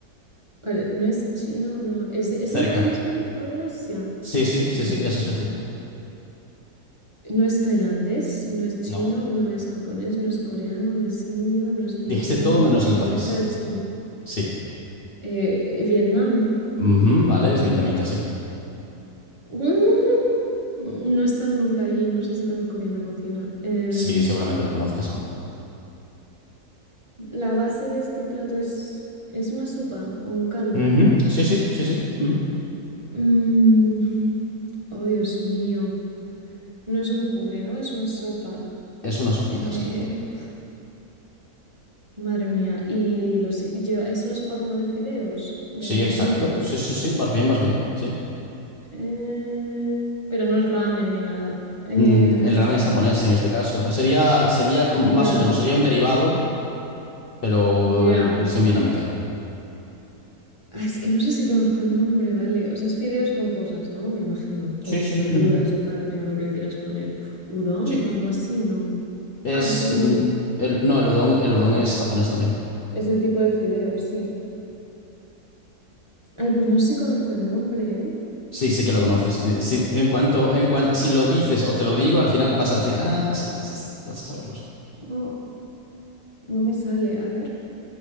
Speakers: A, on the right; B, on the left.
A: Vale, no es chino, no. ¿Es de, es
B: Cerca.
A: de un país específico de Asia?
B: Sí, sí,
A: Vale.
B: sí, sí, es específico.
A: No es tailandés, no es chino,
B: No.
A: no es japonés, no es coreano, no es indio, no es filipino.
B: Dijiste todo menos
A: eh,
B: el país.
A: cerca de China.
B: Sí.
A: Eh, eh, Vietnam.
B: Ujú, vale, es vietnamita, sí.
A: <laughs> Mm, No he estado nunca allí, no sé si conozco bien la cocina. Em,
B: Sí, seguramente lo conozcas aún.
A: la base de este plato es, es una sopa o un caldo.
B: Ujú, Sí, sí, sí, sí. ujú.
A: Mm, oh, Dios mío. No es un curry, ¿no? Es una sopa.
B: Es una sopita,
A: Eh,
B: sí.
A: Madre mía. Y los, y lleva- es una sopa como de fideos, de
B: Sí, exacto.
A: noodles.
B: Sí, sí, sí, vas bien, vas bien, sí.
A: Eh, pero no es ramen ni nada. Em,
B: Mm, el ramen es japonés en este caso. Sería, sería com- más
A: claro,
B: o menos, sería un derivado, pero
A: ya.
B: el- versión vietnamita.
A: Ah, Es que no sé si conozco el nombre, ¿vale? O sea, es fideos con cosas, ¿no? Me imagino. Con
B: Sí, sí.
A: verduras
B: ujú,
A: o carne o lo que le quieras poner. Uf, ¿Udon
B: Sí.
A: o algo así? No.
B: Es,
A: Ah, es el
B: mm,
A: udon.
B: el, no, el udon, el udon
A: No.
B: es japonés también.
A: Es el tipo de fideos, sí. Ay, pues no sé si conozco el nombre, ¿eh?
B: Sí, sí que lo conoces. Eh, sí, en cuanto, en cuanto, si lo dices o te lo digo, al final vas a decir, ah, sí, sí, sí, vas a saberlos.
A: No, no me sale. A ver.